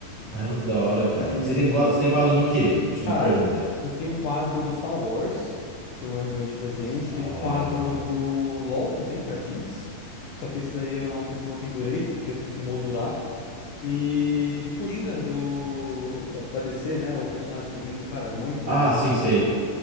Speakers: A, on the right; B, on the left.
A: Caramba, que da hora, cara.
B: E,
A: E você tem quadro, você tem quadro do quê? Desculpa
B: cara,
A: a pergunta.
B: eu tenho um quadro do Star Wars, que eu ganhei de presente,
A: Da
B: eu tenho
A: hora,
B: um quadro
A: mano.
B: do LoL também, que é a Jinx. Só que esse daí eu não, pin- não pendurei porque eu tenho que moldurar. E do Coringa, do, da, da DC, né? O personagem Coringa, cara, muito
A: Ah,
B: legal,
A: sim,
B: assim,
A: sei.
B: velho.